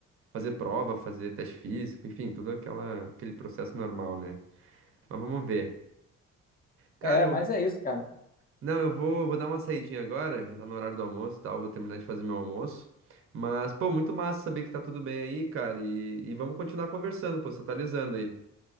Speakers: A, on the right; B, on the left.
A: fazer prova, fazer teste físico, enfim, todo aquela, aquele processo normal, né? Mas vamos ver. Cara,
B: É,
A: eu,
B: mas é isso, cara.
A: não, eu vou, vou dar uma saidinha agora, já tá no horário do almoço e tal, vou terminar de fazer meu almoço. Mas, pô, muito massa saber que tá tudo bem aí, cara, e, e vamos continuar conversando, pô, você tá alisando aí.